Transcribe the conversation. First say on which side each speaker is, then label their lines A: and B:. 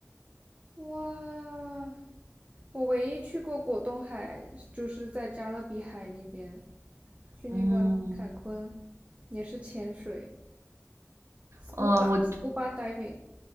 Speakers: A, on the right (about 25°); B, on the right (about 75°).
A: 哦哇，我唯一去过果冻海就是在加勒比海那边，去那嗯个嗯坎昆，
B: 嗯
A: 也是潜水，scuba，
B: 嗯，我
A: ，scuba diving